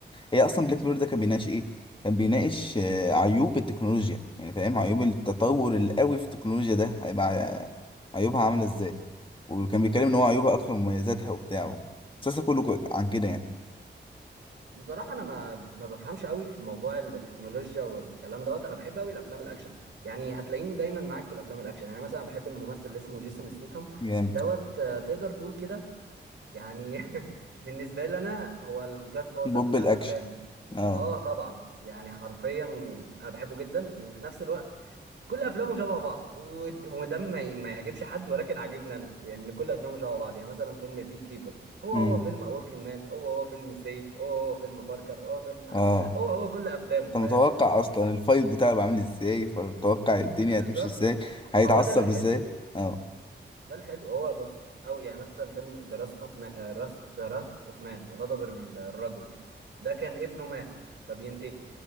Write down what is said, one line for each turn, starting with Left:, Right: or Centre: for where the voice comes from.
Left: هي اصلا بلاك ميرور ده كان بيناقش ايه كان بيناقش آه عيوب التكنولوجيا يعني فاهم عيوب التطور القوي في التكنولوجيا ده هيبقى عيوبها عاملة ازاي وكان بيتكلم ان هو عيوبها اكتر من مميزاتها وبتاع المسلسل كله عن كده يعني
Right: بصراحة أنا ما ما بفهمش قوي في موضوع التكنولوجيا والكلام دوت أنا بحب قوي الأفلام الأكشن يعني هتلاقيني دايما معاك في الأفلام الأكشن يعني مثلا بحب الممثل اللي اسمه جيسون ستيتهم
Left: جامد
Right: دوت آه، تقدر تقول كده يعني <laughs> بالنسبة لي أنا هو الجاد فازر
Left: بوب
Right: بتاع
Left: الاكشن
Right: الأفلام
Left: اه
Right: أه طبعا يعني حرفيا أنا بحبه جدا وفي نفس الوقت كل افلامه شبه بعض ود- وده ما ي- ما يعجبش حد ولكن عاجبني انا يعني ان كل افلامه شبه بعض يعني مثلا فيلم بي كيبر هو
Left: امم
Right: هو فيلم وركينج مان هو هو فيلم سيف هو هو فيلم باركر هو فيلم <laughs>
Left: اه
Right: هو هو كل افلامه فاهم
Left: انت متوقع اصلا الفايت بتاعه بيبقى عامل ازاي فمتوقع الدنيا
Right: بالظبط
Left: هتمشي ازاي هيتعصب
Right: ما هو ده اللي حلو
Left: ازاي اه
Right: ده اللي حلو هو بص او يعني مثلا فيلم ذا راث اوف مان راث ذا راث اوف مان غضب الرجل ده كان ابنه مات فبينتقم